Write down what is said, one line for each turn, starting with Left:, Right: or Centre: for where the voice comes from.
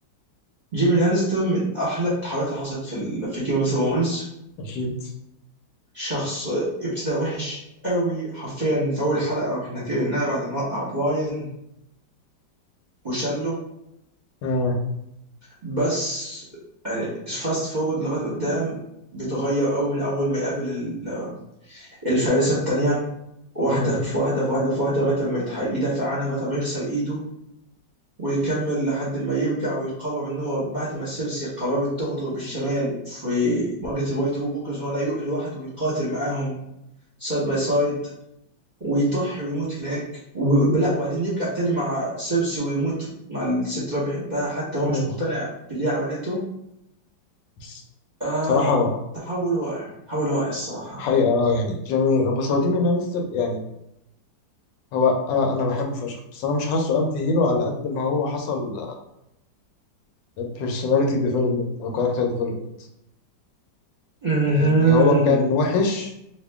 Right: جيمي لانستر من احلى التحولات اللي حصلت في ال... في جيم اوف ثرونز
Left: أكيد
Right: شخص ابتدى وحش قوي حرفيا في اول حلقه واحنا كرهناه بعد ما وقع براين وشله
Left: مم.
Right: بس يعني فاست فورورد لغايه قدام بيتغير قوي من اول ما يقابل ال- الفارسه الثانيه واحده
Left: مم.
Right: في واحده في واحده في واحده لغايه ما يتح- يدافع عنها لغايه ما يكسر ايده ويكمل لحد ما يرجع ويقرر ان هو بعد ما سيرسي قررت تغدر بالشمال في مواجهه الوايت ووكرز هو لا يروح لوحده ويقاتل معاهم سايد باي سايد ويضحي ويموت هناك و- لا وبعدين يرجع تاني مع سيرسي ويموت مع الست اللي هو بيحبها حتى هو مش
Left: مم.
Right: مقتنع باللي هي عملته
Left: بس
Right: آه
Left: بصراحة
Right: تحول واقع تحول واقع الصراحة
Left: حقيقة آه، يعني جميل بس هو جيمي لانستر يعني هو انا انا بحبه فشخ بس انا مش حاسه انتي هيرو على قد ما هو حصل personality development او character development
Right: امم
Left: يعني هو كان وحش